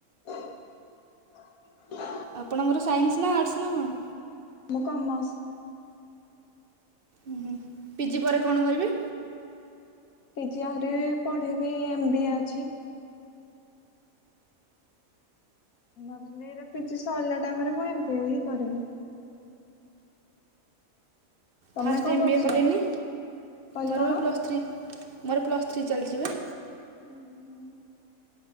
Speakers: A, on the left; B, on the right.
A: <unintelligible>
B: ଆପଣଙ୍କର ସାଇନ୍ସ ନା ଆର୍ଟସ୍ ନା କଣ?
A: ମୁଁ କମର୍ସ।
B: ଉ ହୋଁ ପି ଜି ପରେ କଣ କରିବେ?
A: ପି ଜି ଆରି ପଢ଼ିବିି ଏମ ବି ଏ ଅଛି। ଭାବିଲି ଏଇଟା ପି ଜି ସରିଲା ଟାଇମରେ ମୁଁ ଏମତି ହିଁ କରିବି। ତମେ
B: ଫାଷ୍ଟ
A: କଣ
B: ଏମ୍ୱବିଏ
A: କରୁଛ?
B: କଲେନି
A: କହିଲି
B: ମୋର
A: କଣ
B: ବା ପ୍ଲସ୍ ଥ୍ରୀ। ମୋର ପ୍ଲସ୍ ଥ୍ରୀ ଚାଲିଛି ବା।
A: ଉଁ ହୁଁ।